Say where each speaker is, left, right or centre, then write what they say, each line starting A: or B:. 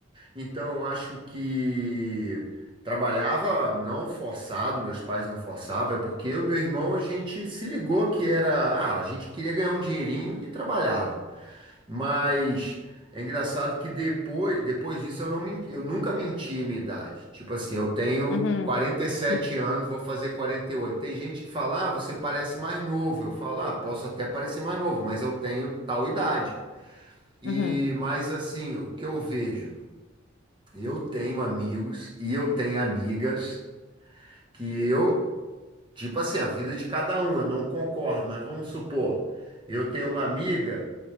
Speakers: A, on the right; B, on the left.
A: Então, eu acho que trabalhava não forçado, meus pais não forçavam, é porque eu e meu irmão a gente se ligou que era, ah, a gente queria ganhar um dinheirinho e trabalhava. Mas é engraçado que depois, depois disso eu não, men- eu nunca menti a minha idade. Tipo assim, eu tenho
B: Uhum.
A: quarenta e sete
B: Uhum.
A: anos, vou fazer quarenta e oito Tem gente que fala, ah, você parece mais novo. Eu falo, ah, posso até parecer mais novo, mas eu tenho tal idade. E
B: Uhum.
A: mais assim, o que eu vejo? Eu tenho amigos e eu tenho amigas que eu, tipo assim, a vida de cada um, eu não concordo, mas vamos supor, eu tenho uma amiga